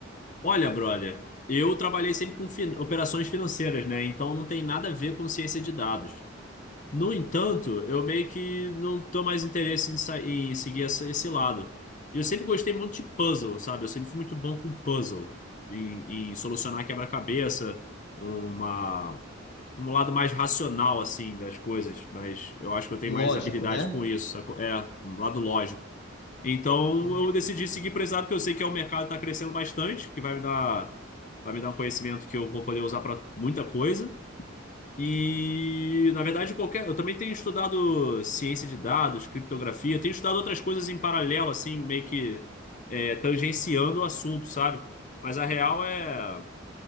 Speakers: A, on the left; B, on the left.
A: Olha, brother, eu trabalhei sempre com fin- operações financeiras, né? Então não tem nada a ver com ciência de dados. No entanto, eu meio que não tô mais interesse em, sa- em seguir essa- esse lado. E eu sempre gostei muito de puzzle, sabe? Eu sempre fui muito bom com puzzle, em, em solucionar quebra-cabeça, uma, um lado mais racional, assim, das coisas. Mas eu acho que eu tenho
B: Lógico,
A: mais habilidade
B: né?
A: com isso, sacou? É, um lado lógico. Então
B: Uhum,
A: eu decidi seguir por esse lado, porque eu sei que é um mercado que tá crescendo bastante, que vai me dar, vai me dar um conhecimento que eu vou poder usar para muita coisa. E, na verdade, qualquer. Eu também tenho estudado ciência de dados, criptografia, tenho estudado outras coisas em paralelo, assim, meio que é, tangenciando o assunto, sabe? Mas a real é